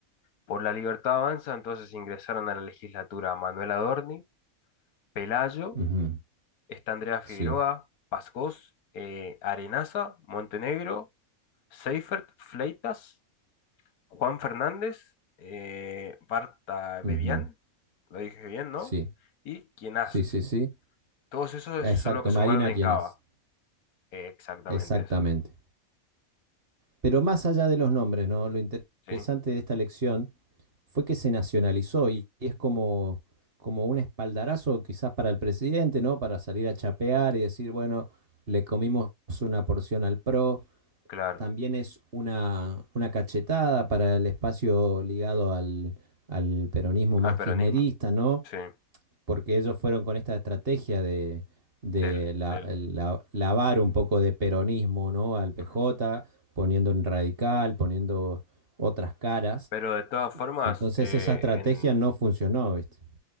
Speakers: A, on the left (about 85°); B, on the right (about 45°).
A: Por la Libertad Avanza, entonces ingresaron a la legislatura Manuel Adorni, Pelayo,
B: Ujú,
A: está Andrea Figueroa,
B: Sí.
A: Pascós, eh, Arenaza, Montenegro, Seifert, Fleitas, Juan Fernández, eh, Barta Bedián,
B: ujú.
A: lo dije bien, ¿no?
B: Sí,
A: Y Quienast.
B: sí, sí, sí.
A: Todos esos
B: Exacto,
A: son los que sumaron
B: Marina
A: en
B: Quienas.
A: Cava. Eh, exactamente
B: Exactamente.
A: eso,
B: Pero más allá de los nombres, ¿no? Lo inter-
A: ¿sí?
B: interesante de esta elección fue que se nacionalizó y y es como, como un espaldarazo quizás para el presidente, ¿no? Para salir a chapear y decir, bueno, le comimos una porción al PRO.
A: Claro,
B: También es una, una cachetada para el espacio ligado al, al peronismo más
A: al peronismo,
B: kirchnerista, ¿no?
A: sí,
B: porque ellos fueron con esta estrategia de, de
A: del,
B: la-
A: del.
B: la- lavar un poco de peronismo, ¿no? al PJ,
A: ujú.
B: poniendo un radical, poniendo otras caras.
A: Pero de todas formas,
B: Entonces
A: eh,
B: esa estrategia
A: en,
B: no funcionó, ¿viste?